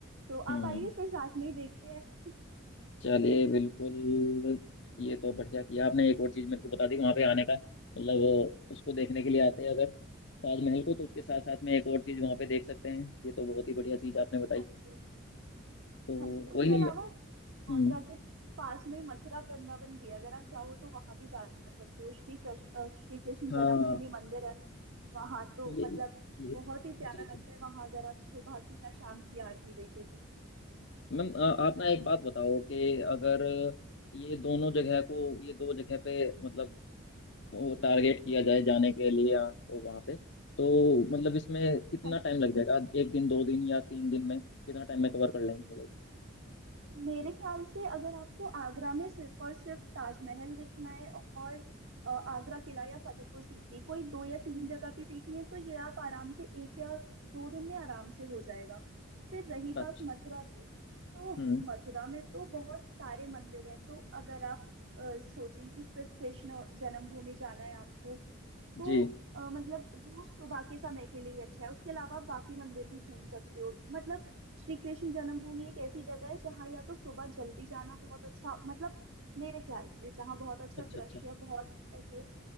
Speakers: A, on the right; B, on the left.
A: तो
B: हम्म
A: आप आइए
B: हम्म।
A: फिर साथ में ही देखते हैं <laughs>
B: चलिए बिल्कुल ये तो बढ़िया किया आपने एक और चीज मेरे को बता दी वहां पे आने का मतलब उसको देखने के लिए आते हैं अगर ताजमहल को तो उसके साथ साथ में एक और चीज वहां पे देख सकते हैं ये तो बहुत ही बढ़िया चीज आपने बताई
A: हाँ जी
B: तो
A: हाँ जी उसके
B: कोई नहीं
A: अलावा
B: मैं- हम्म
A: आगरा के पास में ही मथुरा वृंदावन भी है। अगर आप चाहो तो वहां भी जा सकते हो श्री कृष्ण श्री कृष्ण जन्मभूमि
B: हाँ
A: मंदिर है वहां तो
B: ये
A: मतलब
B: ये
A: बहुत ही प्यारा
B: जी जी
A: लगता है वहां अगर आप सुबह की या शाम की आरती देखे तो
B: मैम अ, आप ना एक बात बताओ कि अगर ये दोनों जगह को ये दो जगह पे मतलब वो टारगेट किया जाए जाने के लिए या वहाँ पे तो मतलब इसमें कितना
A: हाँ जी
B: टाइम लग जाएगा एक दिन दो दिन या तीन दिन में कितना टाइम में कवर कर लेंगे हम लोग
A: मेरे ख्याल से अगर आपको आगरा में सिर्फ और सिर्फ ताजमहल देखना है और अ, आगरा किला या फतेहपुर सीकरी कोई दो या तीन जगह भी देखनी है तो ये आप आराम से एक या दो दिन में आराम से हो जाएगा फिर रही
B: अच्छा
A: बात मथुरा की तो
B: हम्म
A: मथुरा में तो बहुत सारे मंदिर हैं तो अगर आप अ, सोचें कि सिर्फ कृष्ण जन्मभूमि जाना है आपको तो
B: जी
A: अ, मतलब वो सुबह के समय के लिए ही अच्छा है उसके अलावा आप बाकी मंदिर भी घूम सकते हो मतलब श्री कृष्ण जन्मभूमि एक ऐसी जगह है जहाँ या तो सुबह जल्दी जाना बहुत अच्छा मतलब मेरे ख्याल से जहाँ बहुत अच्छा
B: अच्छा
A: दृश्य
B: अच्छा
A: बहुत ऐसे